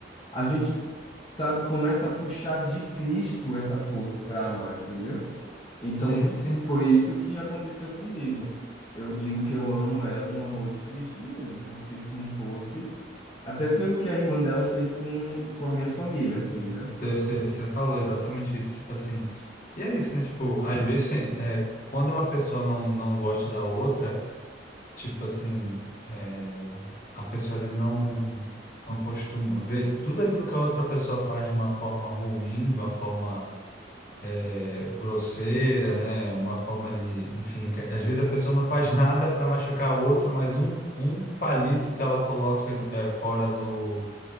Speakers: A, on the left; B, on the left.
A: a gente, sabe, começa a puxar de Cristo essa força para amar, entendeu? Então,
B: Sim,
A: f-
B: sim.
A: foi isso que aconteceu comigo. Eu digo que eu amo ela no amor de Cristo mesmo, porque se não fosse, até pelo que a irmã dela fez com, com a minha família, assim, né?
B: Você você- falou exatamente isso. Tipo assim. E é isso, né? Tipo, às vezes, <laughs> é, quando uma pessoa não, não gosta da outra. tipo assim, é, a pessoa ele não, não costuma ver tudo aquilo que a outra pessoa faz de uma forma ruim, de uma forma é, grosseira, né? Uma forma ali, enfim, que às vezes a pessoa não faz nada para machucar a outra, mas um, um palito que ela coloca é, fora do